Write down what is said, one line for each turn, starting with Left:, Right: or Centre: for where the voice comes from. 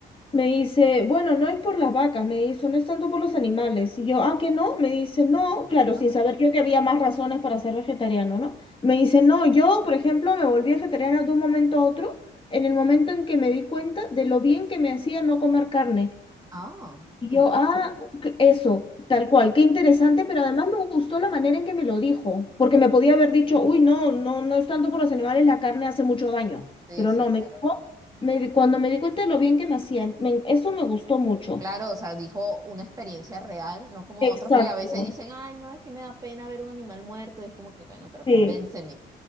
Left: Me dice, bueno, no es por las vacas, me dice, no es tanto por los animales. Y yo, ah, que no, me dice, no, claro,
Right: ¿no?
Left: sin saber yo que había más razones para ser vegetariano, ¿no? Me dice, no, yo, por ejemplo, me volví vegetariana de un momento a otro, en el momento en que me di cuenta de lo bien que me hacía no comer carne.
Right: Oh,
Left: Y
Right: qué
Left: yo,
Right: interesante.
Left: ah, ok, eso, tal cual, qué interesante, pero además me gustó la manera en que me lo dijo, porque me podía haber dicho, uy, no, no, no es tanto por los animales, la carne hace mucho daño,
Right: Sí,
Left: pero
Right: sí,
Left: no,
Right: claro.
Left: me dijo, me, di- cuando me di cuenta de lo bien que me hacían, me- eso me gustó mucho.
Right: Claro, o sea, dijo una experiencia real, no como
Left: Exacto,
Right: otros que a veces dicen, ay, no, es que me da pena ver un animal muerto, y es como que, bueno, pero
Left: sí.
Right: convénceme.